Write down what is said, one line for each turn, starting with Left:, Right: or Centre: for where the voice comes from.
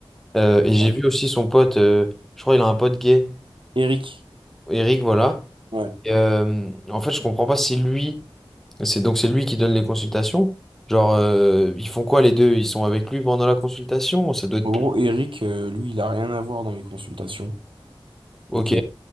Centre: Euh, et
Right: ouais.
Centre: j'ai
Right: enfin,
Centre: vu aussi son pote, euh, je crois il a un pote gay,
Right: Eric.
Centre: Eric, voilà.
Right: Ouais.
Centre: Et, euh, en fait, je comprends pas si lui, c'est donc c'est lui qui donne les consultations. Genre, euh, ils font quoi les deux? Ils sont avec lui pendant la consultation? Ça doit être
Right: En
Centre: plus.
Right: gros, Eric, euh, lui, il a rien à voir dans les consultations.
Centre: Ok,
Right: Ok.